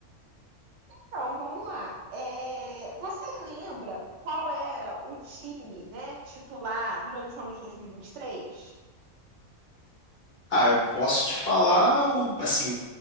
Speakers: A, on the right; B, on the left.
A: Então, vamos lá. É, você lembra qual era o time, né, titular durante o ano de dois mil e e vinte e três?
B: Ah, eu posso te falar o, assim,